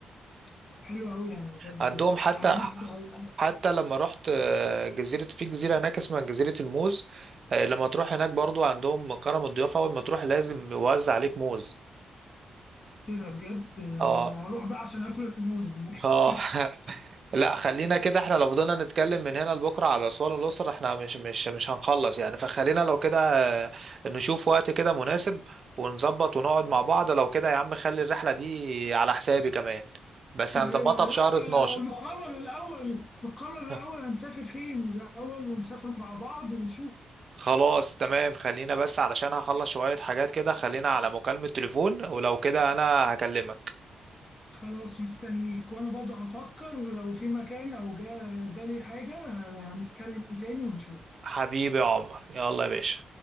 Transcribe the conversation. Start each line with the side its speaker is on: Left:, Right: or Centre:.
Left: طب حلو قوي انا بجد
Right: عندهم حتى
Left: اتحمست قوي
Right: حتى لما رحت آه، جزيرة في جزيرة هناك اسمها جزيرة الموز آه، لما تروح هناك برضو عندهم كرم الضيافة أول ما تروح لازم يوزع عليك موز
Left: ايه ده بجد آه،
Right: اه
Left: هروح بقى عشان اكل الموز هناك
Right: اه
Left: <laughs>
Right: <laughs> لا خلينا كده احنا لو فضلنا نتكلم من هنا لبكره على اسوان والاقصر احنا مش مش مش هنخلص يعني فخلينا لو كده آه، نشوف وقت كده مناسب ونظبط ونقعد مع بعض لو كده يا عم خلي الرحله دي على حسابي كمان بس
Left: أيوة،
Right: هنظبطها
Left: لا
Right: في شهر 12
Left: آه، نقرر الاول نقرر
Right: <laughs>
Left: الاول هنسافر فين الاول ونسافر مع بعض ونشوف
Right: خلاص تمام خلينا بس علشان هخلص شويه حاجات كده خلينا على مكالمه تليفون ولو كده انا هكلمك
Left: خلاص مستنيك وانا برضه هفكر لو في مكان او جا بالي حاجة هنتكلم تاني ونشوف
Right: حبيبي يا عمر يلا يا باشا